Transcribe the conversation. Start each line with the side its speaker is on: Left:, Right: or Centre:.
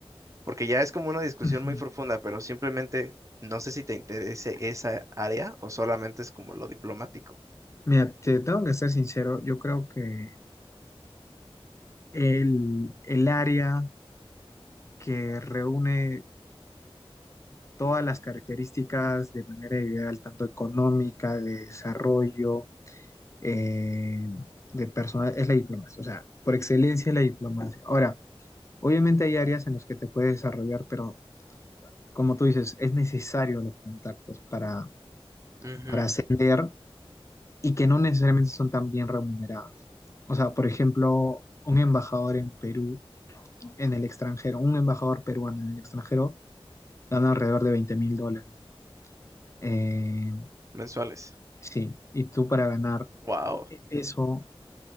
Right: porque ya es como una discusión
Left: Ujú.
Right: muy profunda, pero simplemente no sé si te interese esa área o solamente es como lo diplomático.
Left: Mira, te tengo que ser sincero, yo creo que el, el área que reúne todas las características de manera ideal, tanto económica, de desarrollo, eh, de personal, es la diplomacia, o sea, por excelencia es la diplomacia. Ahora, obviamente hay áreas en las que te puedes desarrollar, pero como tú dices, es necesario los contactos para,
Right: Ujú,
Left: para ascender y que no necesariamente son tan bien remuneradas. O sea, por ejemplo, un embajador en Perú, en el extranjero, un embajador peruano en el extranjero, gana alrededor de veinte mil dólares. Eh,
Right: Mensuales.
Left: sí, y tú para ganar
Right: Wow,
Left: e- eso